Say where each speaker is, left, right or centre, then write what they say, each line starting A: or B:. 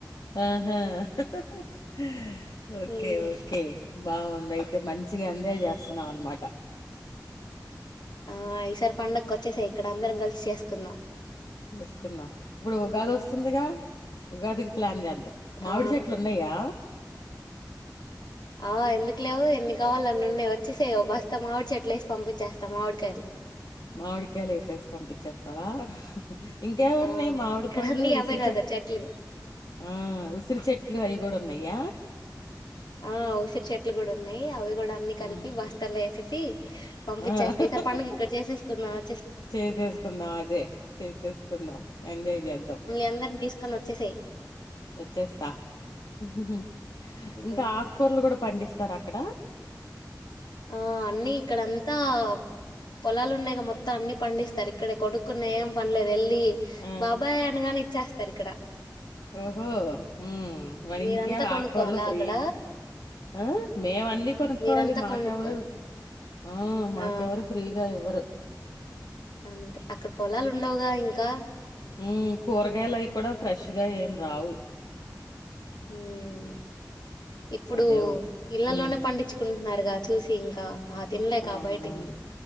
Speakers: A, on the left (about 70°); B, on the left (about 80°).
A: ఆహా హాఁ హాఁ ఓకే
B: ఉమ్
A: ఓకే బావుందైతే మంచిగా ఎంజాయ్ చేస్తన్నావ్ అన్ మాట
B: ఆహ్ ఈసార్ పండక్కోచ్చేసెయ్ ఇక్కడ అందరం కల్ సి చేసుకుందాం
A: ఎస్ కుందాం ఇపుడు ఉగాద్ ఒస్తుందిగా ఉగాద్ కి ప్లాన్ జాద్ దం మావిడ్
B: ఆ
A: చెట్లు ఉనయా
B: ఆ ఎందుకు లేవు ఎన్ని కావాలో అన్ని ఉన్నాయి వచ్చేసేయ ఓ బస్తా మావిడి చెట్లు ఎసి పంపించేస్తాం మావిడికాయలు
A: మామిడికాయలు ఎసేసి పంపించేస్తావా అహు ఇంకేం
B: ఆ
A: ఉన్నాయి మామిడి
B: ఇక్కడ
A: పళ్ళు
B: అన్నీ
A: ఉసిరి
B: అవే కదా
A: చెట్
B: చెట్లు
A: ఆ ఆ ఉసిరి చెట్లు అయి గుడ ఉన్నాయ
B: ఆ ఉసిరి చెట్లు కూడా ఉన్నాయి అవి కూడా అన్ని
A: హ్మ్
B: కలిపి బస్తల్లో వేసేసి పంపించస్తే
A: ఆ
B: ఈ సార్ పండగ ఇక్కడ చేసేసుకుందాం ఓ
A: చేసేసుకుందాం అదే చేసేసుకుందాం ఎంజాయ్ జెద్దాం
B: అందర్ ని తీస్ కొన్ వచ్చేసేయ్
A: వోచ్చేస్తా హుహుమ్
B: ఉమ్
A: ఇంకా ఆక్ కూర్ లు కూడా పండిస్తర అక్కడ
B: ఆ అన్నీ ఇక్కడంతా పొలాలు ఉన్నాయిగా మొత్తం అన్ని పండిస్తరు ఇక్కడే కొనుకునే ఏం పనిలేదు ఎళ్ లీ
A: ఆ
B: బాబాయ్ అన్ గానే ఇచ్చస్తరు ఇక్కడ
A: ఓహో హ్మ్ మర్
B: మీరంతా
A: ఇంకే
B: కొనుక్కోవాలా
A: ఆక్ కూర్ లు ఫ్రీ
B: అక్కడ
A: ఆ మేమ్ అన్నీ కొనుకోవలి
B: మీరంతా
A: మాకెవరు
B: కొనుక్కోవాలి
A: ఇవర్ ఆ మాకెవర్
B: ఆ
A: ఫ్రీగా ఇవ్వరు
B: అంతే అక్కడ్ పొలాలు ఉండవుగా ఇంకా
A: హ్మ్ కూర్ గాయిలయి కూడ ఫ్రెష్ గా ఏం రావు
B: ఉమ్ ఇప్పుడు
A: సరే ఓ
B: ఇళ్లలోనే
A: ఉమ్
B: పండిచుకున్ నర్ గా చూసి ఇంకా ఆ తిన్ లేక
A: అవునవును
B: బయిటియి